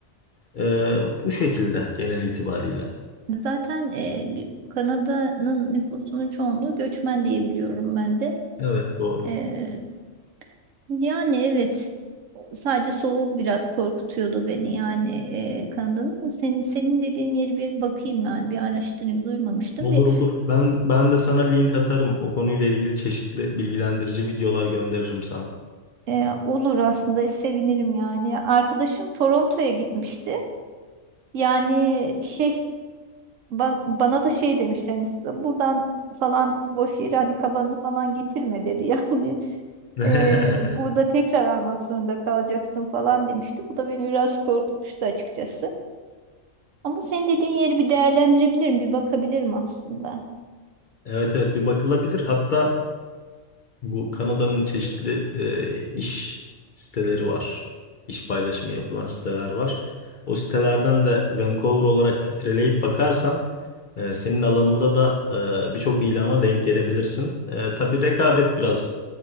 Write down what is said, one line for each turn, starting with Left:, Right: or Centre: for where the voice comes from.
Left: Ee, bu şekilde genel itibarıyla.
Right: Zaten e, Kanada'nın nüfusunun çoğunluğu göçmen diye biliyorum ben de.
Left: Evet doğru.
Right: E, yani evet sadece soğuk biraz korkutuyordu beni yani e, Kanada'nın ama senin, senin dediğin yeri bir bakayım yani bir araştırayım duymamıştım.
Left: Olur
Right: Bir
Left: olur. Ben ben de sana link atarım. O konuyla ilgili çeşitli bilgilendirici videolar gönderirim sana.
Right: e, olur aslında sevinirim yani. Arkadaşım Toronto'ya gitmişti. Yani şey Ban- bana da şey demişler yani size buradan falan boş yere hani kabanını falan getirme dedi <laughs> yani
Left: <laughs>
Right: "Ee, burada tekrar almak zorunda kalacaksın falan demişti. Bu da beni biraz korkutmuştu açıkçası. Ama senin dediğin yeri bir değerlendirebilirim, bir bakabilirim aslında.
Left: Evet evet bir bakılabilir. Hatta Bu Kanada'nın çeşitli e, iş siteleri var. İş paylaşımı yapılan siteler var. O sitelerden de Vancouver olarak filtreleyip bakarsan e, senin alanında da e, birçok ilana denk gelebilirsin. E, tabii rekabet biraz